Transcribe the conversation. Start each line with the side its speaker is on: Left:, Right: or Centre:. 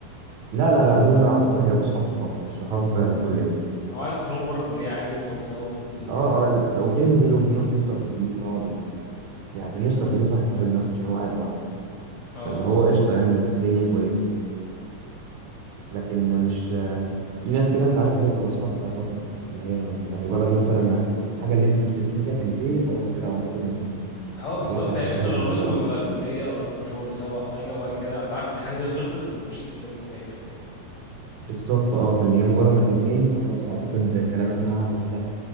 Right: لا لا لا دول اعتقد هيبقوا صحاب صحاب مش صحاب آه، كليه
Left: هو عادي تخرجوا بره الكلية عادي وبتقعدوا سوا وبتنزلوا وكده
Right: اه
Left: يعني
Right: اه لا- لو بننزل وبنروح نفطر في بيوت بعض و... يعني بنفطر في بيت واحد صاحبنا بس عشان هو قاعد لوحده
Left: اه
Right: فاللي هو قشطه يعني الدنيا كويسه لكن مش في ناس كده انت عارف اللي هي بتبقى اصحاب بقى فتره اللي هي انت مجرد مثلا ما الحاجه اللي انتوا مشتركين فيها تنتهي خلاص كده اعتقد ان
Left: اه بالظبط
Right: العلاقه هتهتز
Left: يعني انتوا اللي رابطكم
Right: شويه
Left: بيبقى الكليه او رابطكم شغل سوا او حاجه وبعد كده انت عارف ان الحاجه دي خلصت انتوا مش هتتكلموا تاني غالبا يعني
Right: بالظبط اه فاللي هي مجرد ما تنتهي انت خلاص اعتقد كلامك معاها انتهى